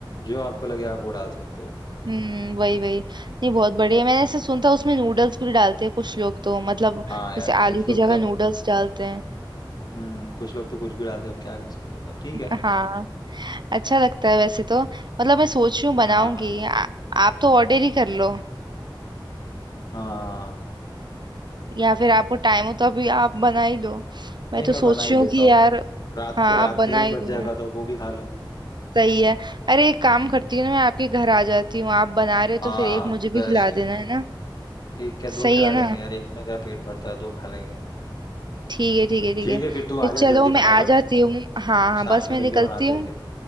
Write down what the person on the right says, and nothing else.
हम्म वही वही नहीं बहुत बढ़िया मैंने ऐसे सुनता उसमें नूडल्स भी डालते हैं कुछ लोग तो मतलब
जैसे
आलू
की
जगह
नूडल्स डालते हैं
<laughs>
हाँ अच्छा लगता है वैसे तो मतलब मैं सोच रही हूँ बनाऊंगी
आ, आप तो ऑर्डर ही कर लो
या फिर आपको टाइम हो तो अभी आप बना ही लो मैं
तो
सोच
रही
हूँ कि
यार
हाँ
आप बना
ही
लो
सही है अरे एक काम
करती हूँ ना मैं आपके घर आ जाती हूँ आप बना रहे हो
तो फिर एक मुझे भी
खिला देना है ना
सही
है
ना
ठीक है ठीक है ठीक
है
फिर
चलो
मैं
आ जाती हूँ हाँ हाँ
बस
मैं
निकलती
हूँ